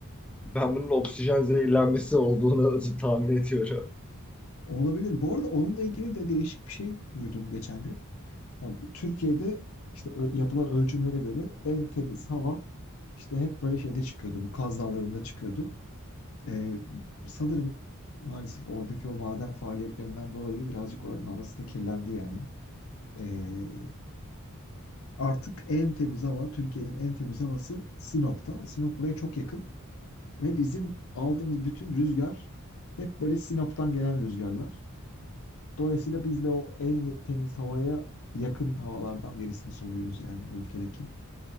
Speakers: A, in the centre; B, on the left.
A: ben bunun oksijen zehirlenmesi olduğunu <laughs> tahmin ediyorum.
B: Olabilir. Bu arada onunla ilgili de değişik bir şey duydum geçen gün. Ya bu Türkiye'de işte ö- yapılan ölçümlere göre en temiz hava işte hep böyle şeyde çıkıyordu. Bu Kaz Dağları'nda çıkıyordu. Ee, sanırım maalesef oradaki o maden faaliyetlerinden dolayı birazcık oranın havası da kirlendi yani. Ee, artık en temiz hava, Türkiye'nin en temiz havası Sinop'ta. Sinop buraya çok yakın. Ve bizim aldığımız bütün rüzgar hep böyle Sinop'tan gelen rüzgarlar. Dolayısıyla biz de o en temiz havaya yakın havalardan birisini soluyoruz yani bu ülkedeki.